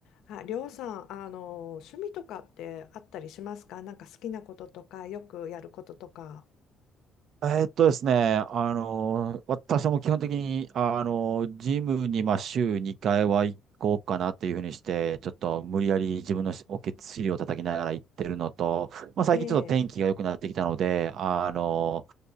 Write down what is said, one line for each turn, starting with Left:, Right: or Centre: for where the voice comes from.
Left: あ、りょうさん、あの、趣味とかってあったりしますかなんか好きなこととか、よくやることとか。
Right: えーっとですね、あの、私はもう基本的に、あの、ジムに、まあ、週2回は行こうかなっていうふうにして、ちょっと無理やり自分のおけつ尻を叩きながら行ってるのと、まあ、最近ちょっと天気が良くなってきたので、
Left: ええ。
Right: あの、